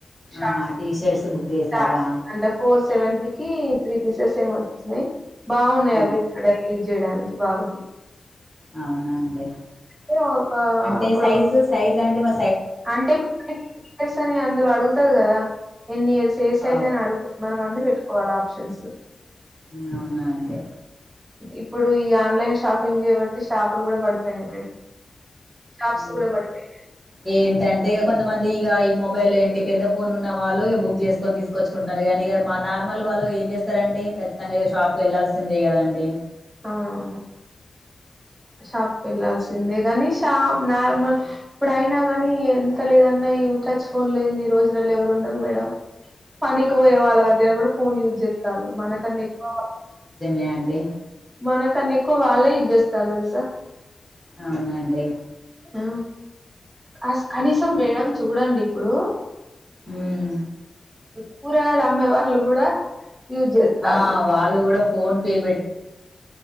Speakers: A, on the right; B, in the centre.
A: షార్ట్స్
B: ఆహా టీ షర్ట్స్ బుక్ చేసారా
A: షార్ట్స్ ఫోర్ సెవెంటీకిి త్రీ పీసెస్ ఏమి వచ్చినయి బాగున్నాయి
B: అవు
A: అవి డైలీ యూస్ చేయడానికి బాబుకి
B: అవునా అండి
A: అంటే ఒక
B: అంటే
A: అప్పుడు
B: సైజు
A: ఒక
B: సైజ్ అండి మ
A: అంటే ఇప్పుడు ఎన్ని ఇయర్స్ అని అందులో అడుగుతది కదా ఎన్ని ఇయర్స్ ఏ సైజ్
B: అవ్
A: అని అడుగు మనం అన్ని పెట్టుకోవాల ఆప్షన్స్
B: అవునా అండి
A: ఇప్పుడు ఈ ఆన్లైన్ షాపింగ్ కాబట్టి షాపులు కూడా పడిపోయినాయి మేడం షాప్స్
B: అ
A: కూడా పడిపోయినాయి
B: ఏంటంటే కొంతమంది ఇక ఈ మొబైల్ ఏంటి పెద్ద ఫోన్ ఉన్న వాళ్ళు బుక్ చేసుకొని తీ కొనుచ్చుకుంటున్నారు కానీ ఇక మా నార్మల్ వాళ్ళు ఏం చేస్తారం అడి ఖచ్చితంగా షాప్కి వెళ్లాాల్సిందే కదా అండి
A: అవునవును షాప్కి వెళ్లాల్సిందే గానీ షాప్ నార్మల్ ఇప్పుడు అయినా గానీ ఎంత లేదన్నా టచ్ ఫోన్ లేని రోజులల్లా ఎవరు ఉండరు మేడం పనికి పోయే వాళ్ళ దగ్గర కూడా ఫోన్ యూజ్ చేతాళ్ళు మనకన్నా ఎక్కువ
B: ఏవండీ
A: మనకన్నా ఎక్కువ వాళ్ళే యూస్ చేస్తారు తెలుసా
B: అవునండి
A: ఆ అ అనీషా మేడం చూడండి ఇప్పుడు
B: ఉమ్
A: కూరగాయలు అమ్మే వాళ్ళు కూడా యూజ్ చేత్తల్లు
B: ఆ వాళ్ళు కూడా ఫోన్ పేలు పెట్టి